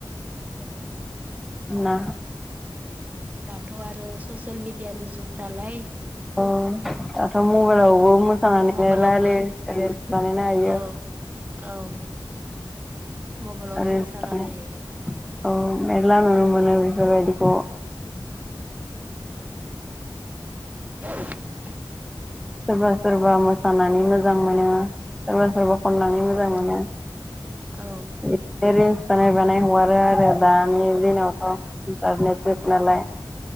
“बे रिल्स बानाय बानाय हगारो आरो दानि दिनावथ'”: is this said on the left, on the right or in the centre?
Centre